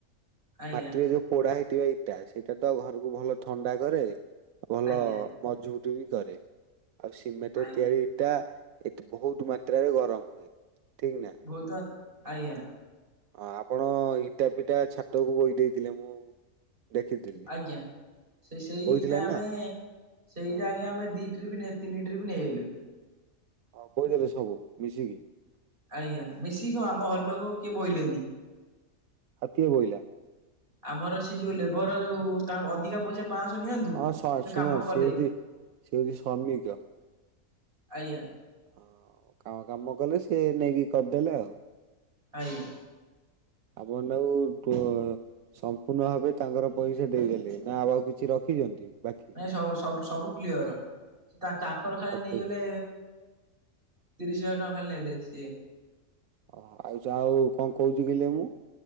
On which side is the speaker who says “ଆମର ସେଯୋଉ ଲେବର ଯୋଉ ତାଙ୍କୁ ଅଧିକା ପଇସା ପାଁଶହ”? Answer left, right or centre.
Right